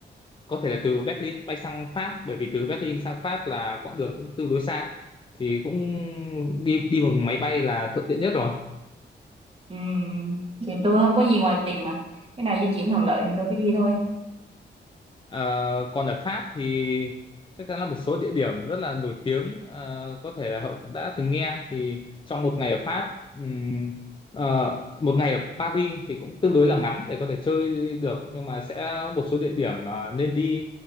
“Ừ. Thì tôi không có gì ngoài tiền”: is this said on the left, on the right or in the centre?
Right